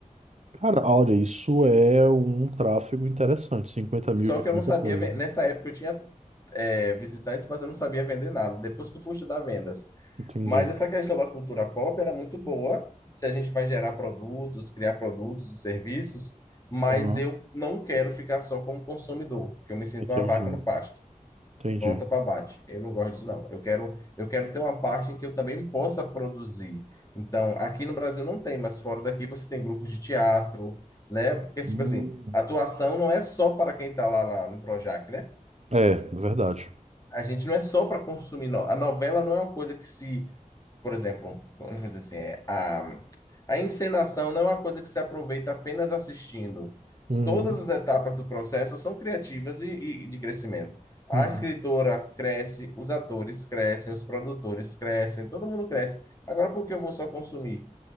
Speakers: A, on the right; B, on the left.
A: Cara, olha, isso é um tráfego interessante. 50 mil
B: Só
A: já
B: que
A: é
B: eu
A: muita
B: não sabia.
A: coisa.
B: ven- Nessa época eu tinha, é, visitantes, mas eu não sabia vender nada. Depois que eu fui estudar vendas.
A: Entendi.
B: Mas essa questão da cultura pop, ela é muito boa. Se a gente vai gerar produtos, criar produtos e serviços. Mas
A: Aham,
B: eu não quero ficar só como consumidor, porque eu me sinto
A: Entendi.
B: uma vaca no pasto.
A: Entendi.
B: Pronta para bate. Eu não gosto disso, não. Eu quero, eu quero ter uma parte em que eu também possa produzir. Então, aqui no Brasil não tem, mas fora daqui você tem grupos de teatro, né? Porque, tipo
A: Hum.
B: assim, atuação não é só para quem está lá na- no Projac, né?
A: É, verdade.
B: A gente não é só para consumir. No... A novela não é uma coisa que se, por exemplo, vamos dizer assim, é, a, a encenação não é uma coisa que se aproveita apenas assistindo.
A: Uhum.
B: Todas as etapas do processo são criativas e, e de crescimento. A
A: Uhum.
B: escritora cresce, os atores crescem, os produtores crescem, todo mundo cresce. Agora, por que eu vou só consumir?